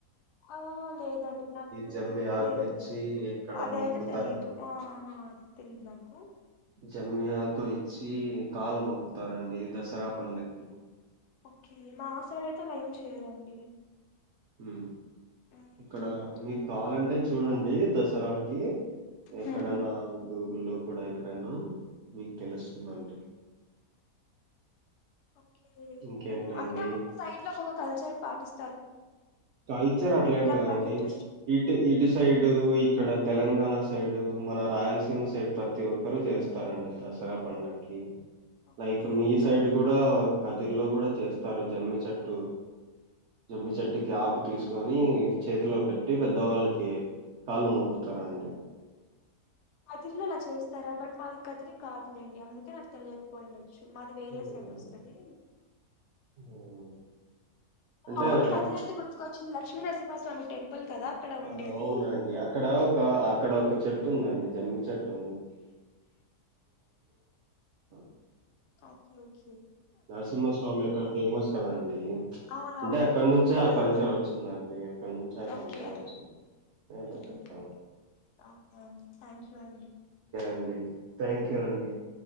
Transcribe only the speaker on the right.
జమ్మి ఆకు
ఇచ్చి
ఇక్కడ
మొక్కుతారండి
జమ్మి ఆకు ఇచ్చి కాలు మొక్కుతారండి దసరా పడుకి
హు
ఇక్కడ మీరు కావాలంటే చూడండి దసరాకి ఎక్కడన్నా
గూగుల్లో కూడా ఇక్కడనా మీకు తెలుస్తుందండి
ఇంకేంటండి
కల్చర్ అట్లా ఏం లేదాండి
ఛీ ఇటు ఇటు సైడ్ ఇక్కడ తెలంగాణ సైడు మన రాయలసీమ సైడ్ ప్రతి ఒక్కరు చేస్తారండి దసరా పడుగకి
లైక్ మీ
సైడ్ కూడా కల్ తీర్లో కూడా చేస్తారు జమ్మి చెట్టు జమ్మి చెట్టుకి ఆకు తీసుకొని చేతిలో పెట్టి పెద్దవాళ్ళకి కాళ్ళు మొక్కుతారండి
హ్మ్
హ్మ్ అంటే
అట్లా
అవునండి అక్కడ ఒక అక్కడ ఒక చెట్టు ఉందండి జమ్మి చెట్టు <unintelligible>
నరసింహస్వామి అక్కడ ఫేమస్ కదండి
అంటే అక్కడ నుంచే
ఆ
కల్చర్ వచ్చిందం అందే ఎక్కడ నుంచి ఆ
కల్చర్ వచ్చింది నేను ఇట్లా
చెప్తాను
అడి థ్యాంక్ యూ అండి